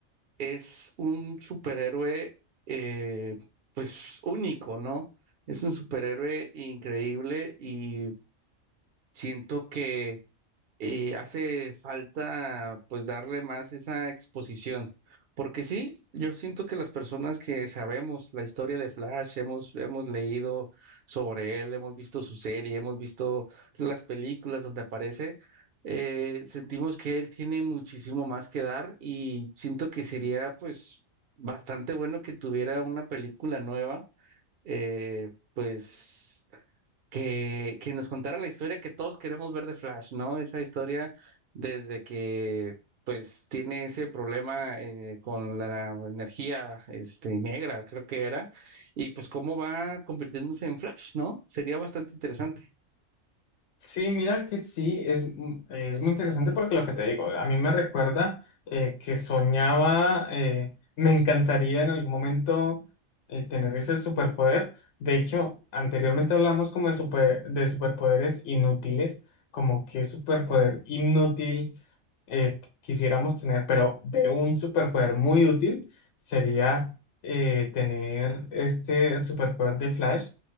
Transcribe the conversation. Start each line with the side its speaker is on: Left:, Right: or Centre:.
Right: es un superhéroe eh, pues único, ¿no? Es un superhéroe increíble y siento que eh, hace falta pues darle más esa exposición, porque sí, yo siento que las personas que sabemos la historia de Flash, hemos, hemos leído sobre él, hemos visto su serie, hemos visto las películas donde aparece, eh, sentimos que él tiene muchísimo más que dar y siento que sería pues bastante bueno que tuviera una película nueva, eh, pues que, que nos contara la historia que todos queremos ver de Flash, ¿no? Esa historia desde que pues tiene ese problema eh, con la energía este, negra, creo que era, y pues cómo va convirtiéndose en Flash, ¿no? Sería bastante interesante.
Left: Sí, mira que sí, es, mu- es muy interesante porque lo que te digo, a mí me recuerda eh, que soñaba, eh, me encantaría en algún momento eh, tener ese superpoder. De hecho, anteriormente hablamos como de, super- de superpoderes inútiles, como qué superpoder inútil eh, quisiéramos tener, pero de un superpoder muy útil sería eh, tener este superpoder de Flash